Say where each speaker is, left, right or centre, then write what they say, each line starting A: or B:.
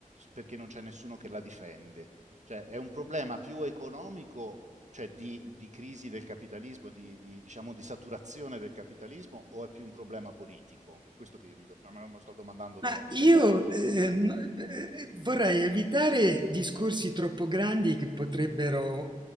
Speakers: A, on the right; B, on the right.
A: perché non c'è nessuno che la difende. Cioè, è un problema più economico, cioè di, di crisi del capitalismo, di, di, diciamo, di saturazione del capitalismo, o è più un problema politico? È questo che io mi, do- me lo me lo sto domandando
B: Ma
A: dav-
B: io
A: davvero.
B: eh,
A: eh.
B: no- eh, vorrei evitare discorsi troppo grandi che potrebbero,